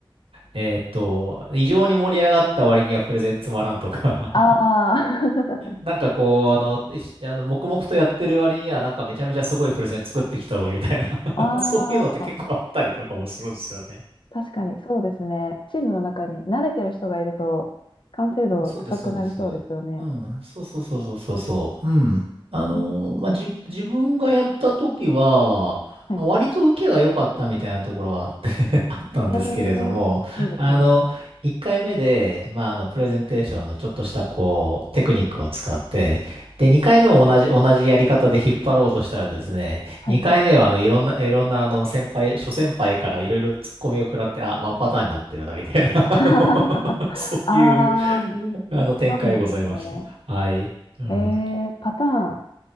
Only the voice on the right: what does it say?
えーっと、異常に盛り上がった割にはプレゼンつまらんとか
なんかこう、あの、しあの黙々とやってる割には、なんかめちゃめちゃすごいプレゼン作ってきたぞみたい
な <laughs> そういうのって結構あったりとかもするんですよね。
そうです、そうです。うん、そうそうそうそうそうそう。うん。あのーまあ、
じ、自分がやった時は、
まあ、割と受けが良かったみたいなところはあって <laughs> あったんですけれども、
あの、1回目で、まあ、あの、プレゼンテーションのちょっとした、こう、テクニックを使って、で、2回目も同じ、同じやり方で引っ張ろうとしたらですね、
2回目は、あの、いろんな、いろんな、あの、先輩、諸先輩からいろいろ突っ込みを食らって、あ、ワンパターンになってるな、みたいな、<laughs> あの、
そういう
あの展開ございました。
はい。うん。